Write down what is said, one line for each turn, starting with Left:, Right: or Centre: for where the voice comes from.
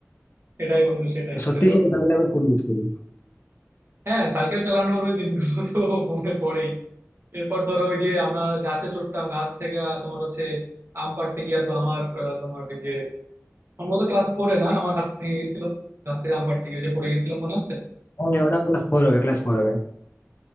Right: সেটাই বন্ধু সেটাই
Left: তো সত্যি
Right: আর
Left: সেই কথাগুলো এখন খুব মিস করি
Right: হ্যাঁ সাইকেল চালানোর ওই দিনগুলো তো মনে পড়েই এরপর ধরো ওই যে আমরা গাছে চড়তাম গাছ থেকে আহ, তোমার হচ্ছে আম পাড়তে গিয়া তো আমার আহ, তোমার ওই যে সম্ভবত ক্লাস ফোরে না আমার হাত ভেঙে গেছিল গাছ থেকে আম পাড়তে গিয়ে ওই যে পড়ে গেছিল মনে আছে
Left: হ্যাঁ ওটা ক্লাস ফোর হবে ক্লাস ফোর হবে